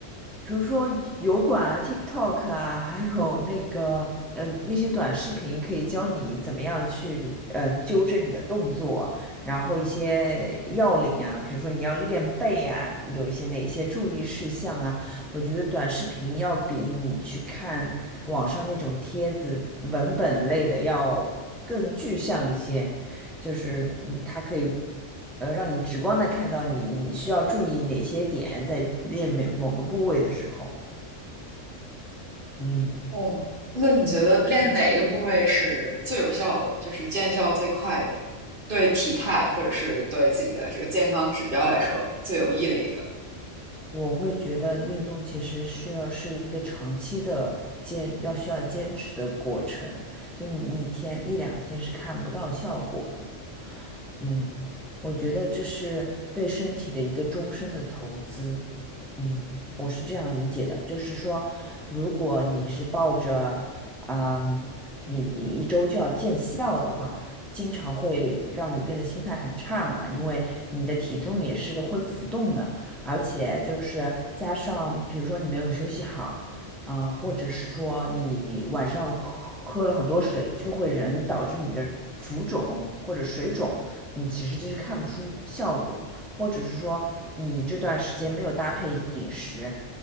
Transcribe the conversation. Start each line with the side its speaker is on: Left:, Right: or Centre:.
Centre: 比如说油管啊、TikTok 啊，还有那个呃那些短视频，可以教你怎么样去呃纠正你的动作，然后一些要领啊，比如说你要练背啊，有一些哪些注意事项啊，我觉得短视频要比你去看网上那种帖子文本类的要更具象一些。就是嗯它可以呃让你直观的看到你需要注意哪些点在练每某个部位的时候，嗯，
Right: 哦，那你觉得练哪个部位是最有效的，就是见效最快的，对体态或者是对自己的这个健康指标来说最有益的一个？
Centre: 我会觉得运动其实需要是一个长期的坚，要需要坚持的过程，就是你一天一两天是看不到效果的。嗯，我觉得这是对身体的一个终身的投资。嗯，我是这样理解的，就是说，如果你是抱着，嗯，你你一周就要见效的话，经常会让你变得心态很差嘛，因为你的体重也是会浮动的。而且就是加上，比如说你没有休息好，嗯、或者是说你晚上喝喝了很多水，就会人导致你的浮肿或者水肿，你其实就是看不出效果，或者是说你这段时间没有搭配饮食，